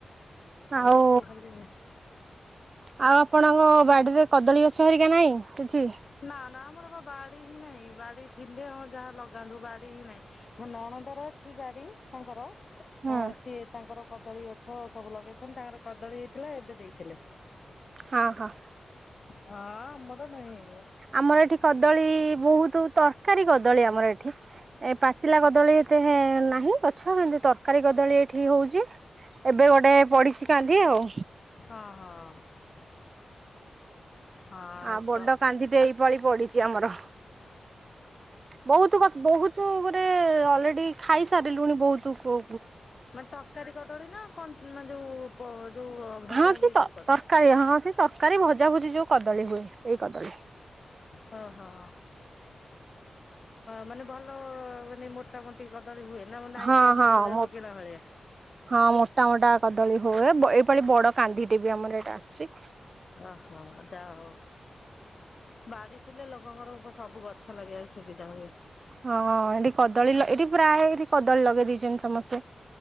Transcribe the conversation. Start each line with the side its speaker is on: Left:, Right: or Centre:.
Right: ଆଉ।
Left: ମୋ ପୁଅ ଖାଲି
Right: ଆଉ ଆପଣଙ୍କ ବାଡିରେ କଦଳୀ ଗଛ ହିରିକା ନାହିଁ କିଛି।
Left: ନାଁ ନାଁ ଆମର ବା ବାଡି ହିଁ ନାହିଁ ବାଡି ଥିଲେ ହଁ ଯାହା ଲଗାନ୍ତୁ ବାଡି ହିଁ ନାହିଁ। ମୋ ନଣଦର ଅଛି ବାଡି ତାଙ୍କର
Right: ହୁଁ
Left: ଅଁ ସିଏ ତାଙ୍କର କଦଳୀ ଗଛ ସବୁ ଲଗେଇଚନ୍ତି, ତାଙ୍କର କଦଳୀ ହେଇଥିଲା ଏବେ ଦେଇଥିଲେ।
Right: ହଁ ହଁ
Left: ହଁ ଆମର ନାହିଁ।
Right: ଆମର ଏଠି କଦଳୀ ବହୁତ ତରକାରୀ କଦଳୀ ଆମର ଏଠି। ଏ ପାଚିଲା କଦଳୀ ଏତେ ହେଁ ନାହିଁ ଗଛ ଏମତି ତରକାରୀ କଦଳୀ ଏଠି ହଉଚି। ଏବେ ଗୋଟେ ପଢିଛି କାନ୍ଧି ଆଉ।
Left: ହଁ ହଁ
Right: ଆ ବଡ
Left: କ
Right: କାନ୍ଧି ଟେ ଏଇ ପାଳି ପଡିଚି ଆମର। ବହୁତ ଗୋ ବହୁତ ଗୋଟ ଅଲରେଡି ଖାଇ ସାରିଲୁଣି ବହୁତ କୁ
Left: ମାନେ ତରକାରୀ କଦଳୀ ନା କଣ ମାନେ ଯୋଉ କ ଯୋଉ। ଭଜା
Right: ହଁ ସେ
Left: ହୁଏ
Right: ତ
Left: ଯୋଉ କଦଳୀ?
Right: ତରକାରୀ ହଁ ସେ ତରକାରୀ ଭଜା ଭୁଜି ଯୋଉ କଦଳୀ ହୁଏ। ସେଇ କଦଳୀ।
Left: ହଁ ହଁ ମାନେ ଭଲ ମାନେ ମୋଟା ମୋ କଟି କଦଳୀ ହୁଏ ନାଁ ମୁ ନାଇଁ
Right: ହଁ
Left: ସରୁଆ
Right: ହଁ
Left: ସରୁଆ
Right: ମୋ
Left: ରୋଗିଣା ଭଳିଆ।
Right: ହଁ, ମୋଟା ମୋଟା କଦଳୀ ହୁଏ ଏଇପାଳି ବଡ କାନ୍ଧିଟେ ବି ଆମର ଏଇଟା ଆସିଚି।
Left: ଓହୋ ଯା ହଉ ବାଡି ଥିଲେ ଲୋକଙ୍କର ସବୁ ଗ ଗଛ ଲାଗେଇ ସୁବିଧା ହୁଏ।
Right: ହଁ ହଁ ଏଟି କଦଳୀ ଏଠି ପ୍ରାଏ ଏଟି କଦଳୀ ଲଗେଇ ଦେଇଚନ୍ତି ସମସ୍ତେ।